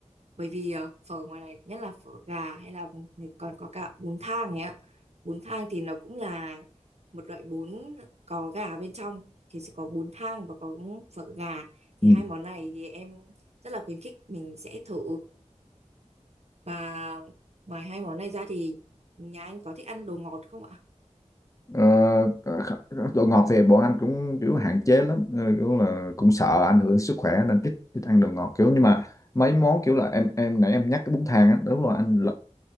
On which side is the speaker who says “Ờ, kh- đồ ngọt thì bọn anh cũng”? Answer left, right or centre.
Left